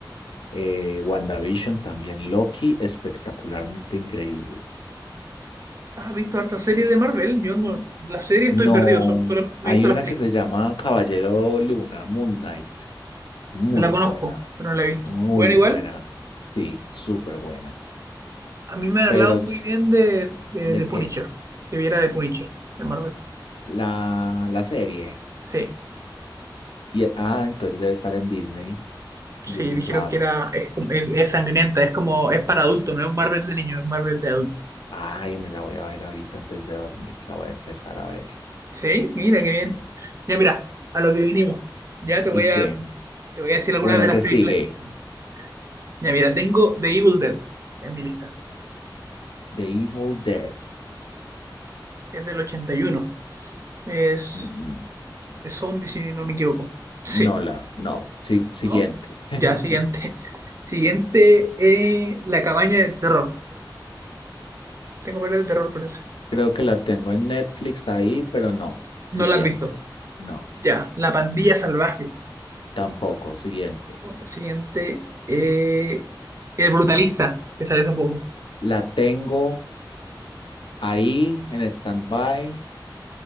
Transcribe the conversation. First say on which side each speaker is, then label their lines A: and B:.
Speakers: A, on the left; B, on the right.
A: Eh, WandaVision también, Loki espectacularmente increíble.
B: ¿Has visto harta serie de Marvel? Yo no, la serie
A: No,
B: estoy perdido, sol- solamente me
A: hay
B: he visto
A: una
B: las películas.
A: que se llama Caballero Luna, Moon Knight, muy
B: La conozco,
A: buena,
B: pero no la he visto.
A: muy
B: Bueno,
A: buena,
B: igual.
A: sí, súper buena.
B: A mí me han
A: Pero
B: hablado
A: es-
B: muy bien de, de,
A: ¿de
B: de
A: qué?
B: Punisher, que viera de Punisher, de Marvel.
A: La, la serie.
B: Sí,
A: Y, ah, entonces debe estar en Disney,
B: sí,
A: Disney
B: dijeron
A: Plus.
B: que era, es, como- es- es sangrienta, es como, es para adultos, no es un Marvel de niño, es un Marvel de adulto.
A: Ay, me la voy a ver ahorita antes de dormir, la voy a empezar a ver.
B: Sí, mira qué bien. Ya mira, a lo que vinimos. Ya te
A: ¿Y
B: voy
A: qué?
B: a, te voy a decir algunas
A: Bueno,
B: de las
A: ¿qué
B: películas
A: sigue?
B: que tengo. Ya mira, tengo The Evil Dead en mi lista.
A: The Evil Dead.
B: Es del 81. Es
A: Mm,
B: de zombies, si no me equivoco. Sí,
A: No la, no. Sí, siguiente.
B: ¿no?
A: <laughs>
B: Ya, siguiente. Siguiente, eh, La cabaña del terror. Tengo varias de terror, parece.
A: Creo que la tengo en Netflix ahí, pero no. Siguiente.
B: No la has visto.
A: No,
B: Ya, La pandilla salvaje.
A: tampoco. Siguiente.
B: Siguiente, eh, El brutalista, que sale hace poco.
A: La tengo ahí en stand-by.